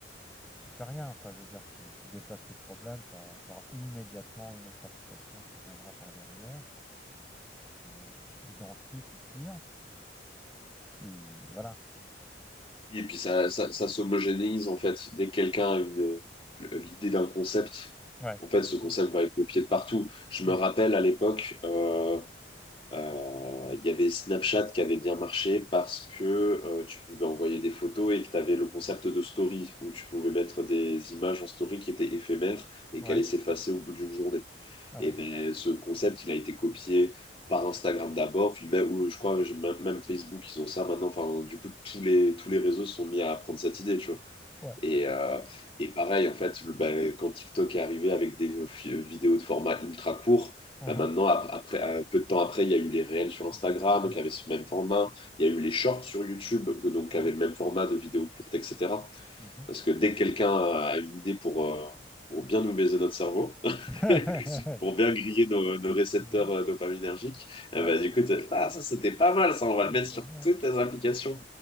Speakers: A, in the centre; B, on the left.
A: tu, fais rien, quoi. Je veux dire, tu, tu déplaces le problème, tu auras immédiatement une autre application qui viendra par derrière, euh, identique ou pire. Et voilà.
B: Et puis ça, ça, ça s'homogénéise en fait. Dès que quelqu'un a une, euh, l'idée d'un concept,
A: Ouais.
B: en fait, ce concept va être copié de partout. Je
A: Mmh.
B: me rappelle à l'époque, euh, Euh, Il y avait Snapchat qui avait bien marché parce que euh, tu pouvais envoyer des photos et que tu avais le concept de story où tu pouvais mettre des images en story qui étaient éphémères et
A: Ouais.
B: qui allaient s'effacer au bout d'une journée.
A: Ah
B: Et
A: ouais.
B: ben ce concept, il a été copié par Instagram d'abord, puis même, ou je crois je- même même Facebook, ils ont ça maintenant. Enfin, du coup, tous les, tous les réseaux sont mis à prendre cette idée, tu vois.
A: Ouais.
B: Et, euh, et pareil, en fait, le, bah, quand TikTok est arrivé avec des euh, vidéos de format ultra court,
A: Mmh.
B: bah maintenant, ap- après, euh, peu de temps après, il y a eu les réels sur Instagram
A: Il y a l'IRL,
B: qui
A: ouais.
B: avaient ce même format. Il y a eu les shorts sur YouTube, euh, donc
A: Ouais.
B: qui avaient le même format de vidéos courtes, etc.
A: Mmh
B: Parce que
A: Absolument.
B: dès que quelqu'un a une idée pour, euh, pour bien nous baiser notre cerveau, <laughs>
A: <laughs>
B: pour bien griller nos, nos récepteurs
A: De
B: euh, dopaminergiques, euh,
A: ouais.
B: bah, du coup, t'es- ah, ça c'était pas mal, ça, on va
A: Ouais,
B: le mettre
A: c'est
B: sur
A: bien,
B: toutes les applications.